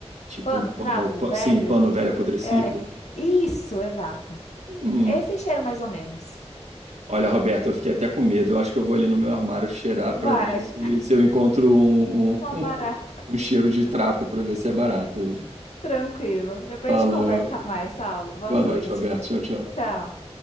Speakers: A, on the right; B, on the left.
A: Tipo,
B: Pano,
A: pano,
B: trapo,
A: pa-
B: velho.
A: sim, pano velho
B: o-
A: apodrecido.
B: É, isso, exato.
A: Hum.
B: É esse cheiro mais ou menos.
A: Olha, Roberto, eu fiquei até com medo. Eu acho que eu vou ali no meu armário cheirar
B: Vai,
A: pra ver se, se eu encontro um,
B: uma
A: um,
B: barata.
A: <laughs> um cheiro de trapo pra ver se é barato. viu?
B: Tranquilo. Depois
A: Falou.
B: a gente conversa mais, Saulo. Boa
A: Boa
B: noite.
A: noite, Roberto. Tchau, tchau.
B: Tchau.